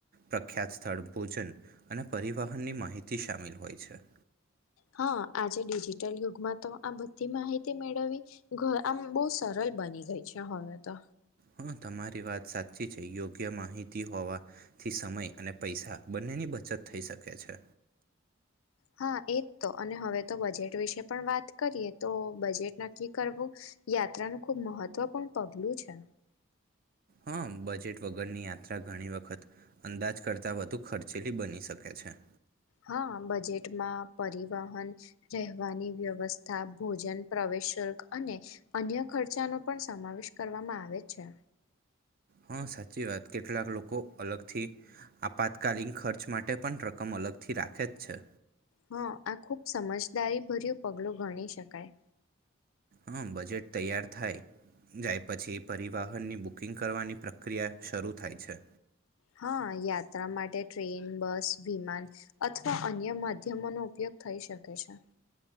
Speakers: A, on the right; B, on the left.
A: પ્રખ્યાત સ્થળ ભોજન અને પરિવહનની માહિતી સામેલ હોય છે.
B: હા, આજે ડિજિટલ યુગમાં તો આ બધી માહિતી મેળવવી ઘ આમ બહુ સરળ બની ગઈ છે હવે તો.
A: હા, તમારી વાત સાચ ચી છે યોગ્ય માહિ તી હોવાથી સમય અને પૈસા બંનેની બચત થઈ શકે છે.
B: હા, એત તો અને હવે તો બજેટ વિશે પણ વાત કરીએ તો બજેટ નક્કી કરવું યાત્રાનું ખુબ મહત્વપૂર્ણ પગલું છે.
A: હા, બજેટ વગરની યાત્રા ઘણી વખત અંદાજ કરતાં વધુ ખર્ચેલી બની શકે છે.
B: હા, બજેટમાં પરિવહન રહેવાની વ્યવસ્થ થા ભોજન પ્રવેશ શુલ્ક અને અન્ય ખર્ચાનો પણ સામાવેશ કરવામાં આવે છે.
A: હા, સાચી વાત કેટલાક લોકો અલગથી આપાતકાલીન ખર્ચ માટે પણ રકમ અલગથી રાખે જ છે.
B: હા, આ ખુબ સમજદારી ભર્યું પગલું ગણીશ શકાય.
A: હા, બજેટ તૈયાર થાય જાય પછી પરિવહનની બુકિંગ કરવાની પ્રક્રિયા શરૂ થાય છે.
B: હા, યાત્રા માટે ટ્રેન, બસ, વિમાન અથવા અન્ય માધ્યમોનો ઉપયોગ થઈ શકે છે.